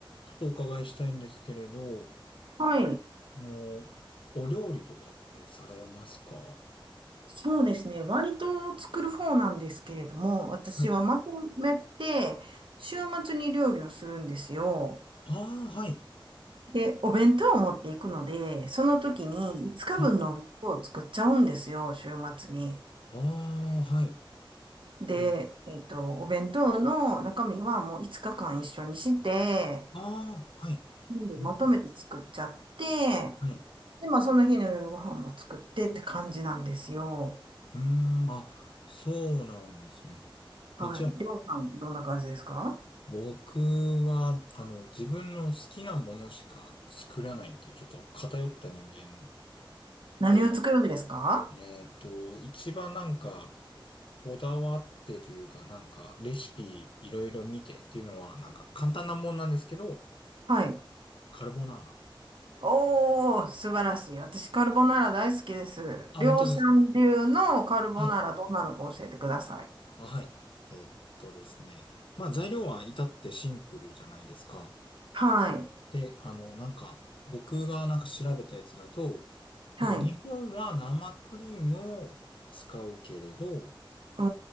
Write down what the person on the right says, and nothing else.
はい。
そうですね。割と作る方なんですけれども、私はまとめて、
週末に料理をするんですよ。
で、お弁当を持っていくので、その時に5日分の分を作っちゃうんですよ、
週末に。
で、
えっと、お弁当の中身はもう5日間一緒にして、
全部まとめて作っちゃって、
で、まあその日の夜ご飯も作ってって感じなんですよ。
はい。
りょうさん、どんな感じですか
何を作るんですか
はい。
おー、素晴らしい。私、カルボナーラ大好きです。
量産流のカルボナーラ、
どんなのか教えてください。
はい。
はい。
お